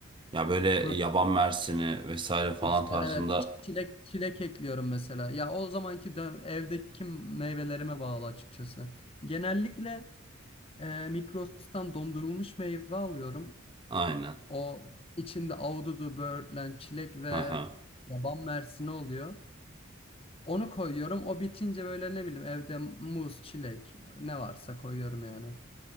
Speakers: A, on the right; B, on the left.
A: Ya böyle yaban
B: Protein
A: mersini vesaire falan
B: işte
A: tarzında
B: evet çilek çilek ekliyorum mesela. Ya o zamanki dö- evdeki meyvelerime bağlı açıkçası. Genellikle e, Migros'tan dondurulmuş meyve alıyorum.
A: aynen.
B: O içinde ahududu, böğürtlen, çilek ve
A: Hı hı.
B: Yaban mersini oluyor. Onu koyuyorum. O bitince böyle ne bileyim evde muz, çilek ne varsa koyuyorum yani.